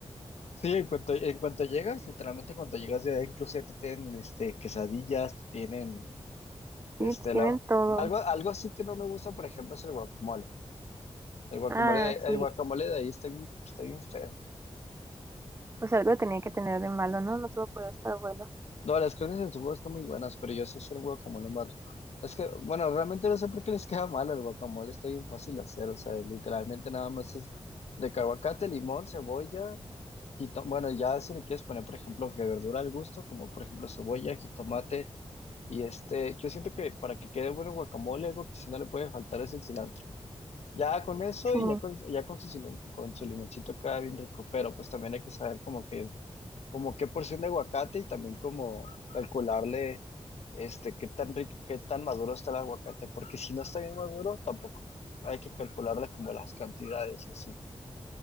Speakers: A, on the left (about 80°); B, on the right (about 25°).
A: Sí, en cuanto, en cuanto llegas, literalmente cuando llegas ya inclusive te tienen este, quesadillas, te tienen
B: Sí,
A: este, la,
B: tienen todo.
A: algo, algo así que no me gusta, por ejemplo, es el guacamole. El guacamole
B: Ah,
A: de, el
B: sí.
A: guacamole de ahí está bien, está bien feo.
B: Pues algo tenía que tener de malo, ¿no? No todo podía estar bueno.
A: No, las carnes en su jugo están muy buenas, pero yo sé hacer guacamole más rico. Es que, bueno, realmente no sé por qué les queda mal el guacamole, está bien fácil de hacer, o sea, literalmente nada más es de que aguacate, limón, cebolla, jito- bueno, ya si le quieres poner, por ejemplo, que verdura al gusto, como por ejemplo cebolla, jitomate, y este, yo siento que para que quede bueno el guacamole, algo que si no le puede faltar es el cilantro. Ya con eso
B: Sí.
A: y ya con, ya con su, cilo- con su limoncito queda bien rico, pero pues también hay que saber como que como qué porción de aguacate y también como calcularle este, qué tan rico, qué tan maduro está el aguacate, porque si no está bien maduro, tampoco hay que calcularle como las cantidades y así.